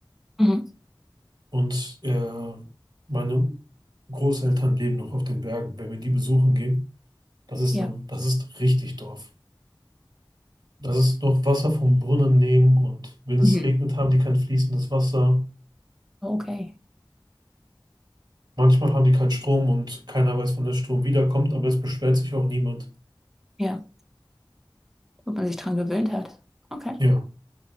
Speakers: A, in the centre; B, on the right.
A: Mhm.
B: Und äh, meine Großeltern leben noch auf den Bergen. Wenn wir die besuchen gehen, das ist
A: Ja.
B: dann, das ist richtig Dorf. Das ist noch Wasser vom Brunnen nehmen und wenn es
A: Mhm.
B: regnet, haben die kein fließendes Wasser.
A: Okay.
B: Manchmal haben die keinen Strom und keiner weiß, wann der Strom wiederkommt, aber es beschwert sich auch niemand.
A: Ja. Wo man sich dran gewöhnt hat. Okay.
B: Ja,